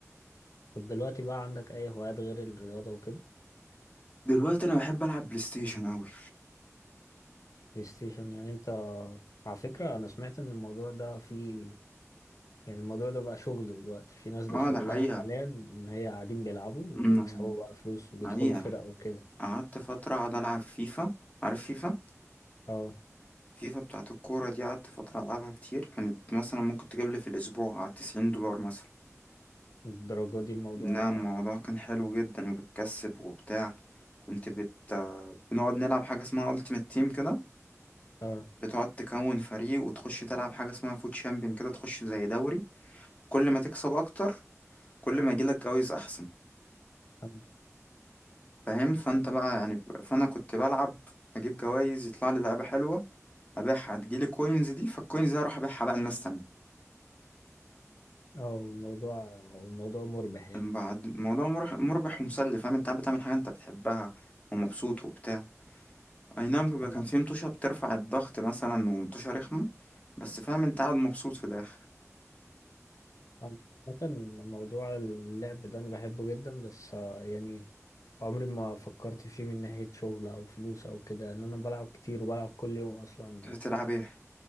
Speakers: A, on the left; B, on the left.
A: طب دلوقتي بقى عندك أي هوايات غير الرياضة وكده؟
B: دلوقتي انا بحب العب بلاي ستيشن قوي
A: بلاي ستيشن يعني أنت على فكرة أنا سمعت إن الموضوع ده فيه يعني الموضوع ده بقى شغل دلوقتي في ناس ده
B: اه
A: شغلها
B: ده حقيقه
A: حاليا ان هي قاعدين بيلعبوا
B: أمم،
A: وبيكسبوا بقى فلوس وبيدخلوا
B: حقيقه
A: فرق وكده
B: قعدت فتره قاعد العب فيفا عارف فيفا
A: اه
B: فيفا بتاعت الكوره دي قعدت فتره العبها كتير كانت مثلا ممكن تجيب لي في الاسبوع على 90 دولار مثلا
A: الدرجة دي الموضوع
B: لا الموضوع كان حلو جدا وبتكسب وبتاع كنت بت بنقعد نلعب حاجة اسمها Ultimate Team كده
A: اه
B: بتقعد تكون فريق وتخش تلعب حاجة اسمها فوت شامبيون كده تخش زي دوري كل ما تكسب أكتر كل ما يجيلك جوايز أحسن
A: اه
B: فاهم فأنت بقى يعني فأنا كنت بلعب أجيب جوايز يطلع لي لعبة حلوة أبيعها تجيلي كوينز دي فالكوينز دي هروح أبيعها بقى لناس تانية
A: آه، الموضوع الموضوع مربح يعني
B: بعد الموضوع مربح مربح ومسلي فاهم أنت قاعد بتعمل حاجة أنت بتحبها ومبسوط وبتاع اي نعم بيبقى
A: انا
B: كان في مطوشة بترفع الضغط مثلا ومطوشة رخمة بس فاهم انت قاعد مبسوط في الاخر
A: أنا- مثلا موضوع اللعب ده انا بحبه جدا بس آه، يعني عمري ما فكرت فيه من ناحية شغل او فلوس او كده ان انا بلعب كتير وبلعب كل يوم اصلا
B: تلعب ايه